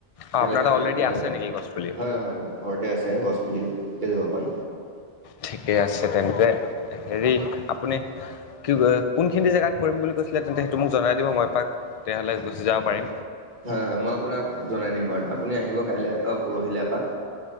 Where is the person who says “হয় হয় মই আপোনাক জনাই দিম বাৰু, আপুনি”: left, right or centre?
Right